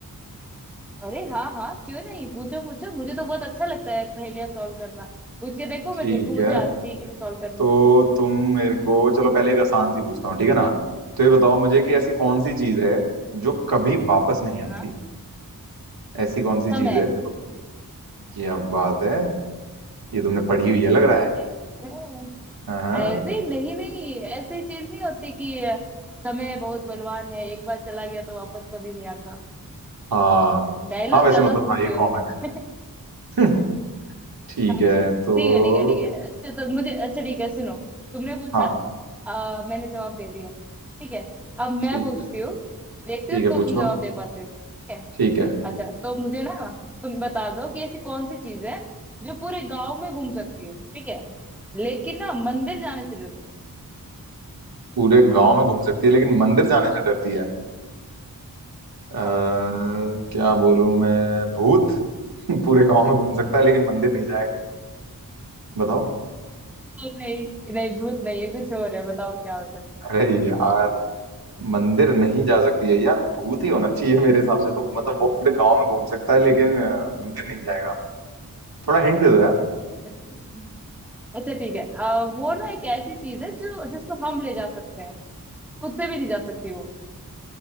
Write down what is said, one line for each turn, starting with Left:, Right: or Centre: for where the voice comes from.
Centre: अरे हाँ हाँ क्यों नहीं पूछो पूछो मुझे तो बहुत अच्छा लगता है पहेलियां सॉल्व करना पूछ के देखो
Right: ठीक
Centre: मैं देखूं मुझे
Right: है
Centre: आती है कि नहीं सॉल्व करनी
Right: तो तुम मेरे को चलो पहले एक आसान सी पूछता हूँ ठीक है ना तो ये बताओ मुझे कि ऐसी कौन
Centre: ठीक
Right: सी
Centre: है
Right: चीज़ है जो कभी वापस नहीं आती
Centre: हाँ
Right: ऐसी कौन सी
Centre: समय
Right: चीज़ है जो क्या बात है ये तुमने पढ़ी हुई है लग रहा है
Centre: एकदम।
Right: हाँ
Centre: अरे नहीं नहीं ऐसी चीज नहीं होती कि अ, समय बहुत बलवान है एक बार चला गया तो वापस कभी नहीं आता
Right: हाँ
Centre: डायलॉग
Right: हाँ वैसे
Centre: ज्यादा
Right: मतलब
Centre: सुनती
Right: हाँ ये
Centre: हूँ
Right: कॉमन
Centre: मैं
Right: है <laughs> ठीक
Centre: अच्छा
Right: है तो
Centre: ठीक है ठीक है ठीक है अच्छा तो मुझे अच्छा ठीक है सुनो तुमने पूछा
Right: हाँ
Centre: आ, मैंने जवाब दे दिया ठीक है अब मैं
Right: ठीक
Centre: पूछती
Right: है
Centre: हूँ देखती
Right: ठीक
Centre: हूँ
Right: है
Centre: तुम
Right: पूछो
Centre: जवाब दे पाते हो कि नहीं, ठीक है
Right: ठीक है
Centre: अच्छा तो मुझे ना तुम बता दो कि ऐसी कौन सी चीज है जो पूरे गांव में घूम सकती है ठीक है लेकिन ना मंदिर जाने से डरती
Right: पूरे गांव में घूम सकती है लेकिन मंदिर जाने से डरती है अ
Centre: है। हाँ
Right: क्या बोलूं मैं भूत <laughs> पूरे गांव में घूम सकता है लेकिन मंदिर नहीं जाएगा बताओ
Centre: नहीं नहीं नहीं भूत नहीं है कुछ और है बताओ क्या हो सकता
Right: अरे यार मंदिर नहीं जा सकती है यार भूत ही होना चाहिए मेरे हिसाब से तो मतलब वो पूरे गांव में घूम सकता है लेकिन अ, मंदिर नहीं जाएगा थोड़ा हिंट दे दो यार
Centre: है <laughs> अच्छा ठीक है आ, वो ना एक ऐसी चीज है जो जिसको हम ले जा सकते हैं खुद से भी नहीं जा सकती वो